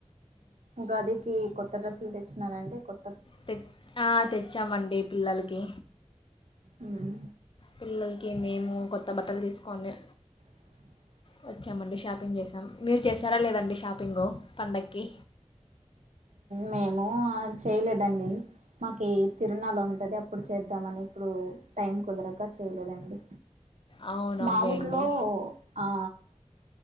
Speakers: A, on the right (about 90°); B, on the left (about 45°).
A: ఉగాదికి కొత్త డ్రెస్సులు తెచ్చినారండి, కొత్త.
B: తె తెచ్చామండి పిల్లలకి.
A: ఉమ్.
B: పిల్లలకి మేము కొత్త బట్టలు తీసుకొని.
A: <inaudible>
B: వచ్చామండి షాపింగ్ చేసాం మీరు చేసారా లేదండి షాపింగు పండగకి
A: మేము చేయలేదండి మాకి తిరునలు ఉంటాయి అది అప్పుడు చేద్దాంమని ఇప్పుడు టైం కుదరక చేయలేదండి
B: అవునవునులేండి
A: మా ఊర్లో ఆ